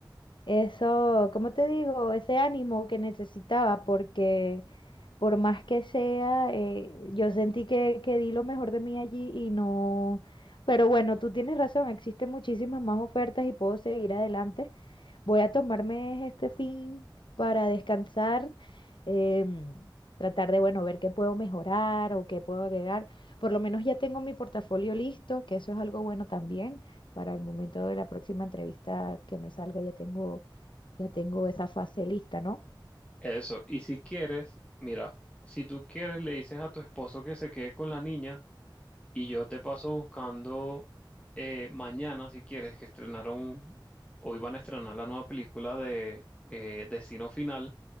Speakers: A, on the left; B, on the left.
A: eso, ¿cómo te digo? Ese ánimo que necesitaba, porque por más que sea, eh, yo sentí que, que di lo mejor de mí allí y no... Pero bueno, tú tienes razón, existen muchísimas más ofertas y puedo seguir adelante. Voy a tomarme este fin para descansar, em, tratar de, bueno, ver qué puedo mejorar o qué puedo agregar. Por lo menos ya tengo mi portafolio listo, que eso es algo bueno también para el momento de la próxima entrevista que me salga, ya tengo, ya tengo esa fase lista, ¿no?
B: Eso, y si quieres, mira, si tú quieres le dices a tu esposo que se quede con la niña y yo te paso buscando eh, mañana, si quieres, que estrenaron o iban a estrenar la nueva película de eh, Destino Final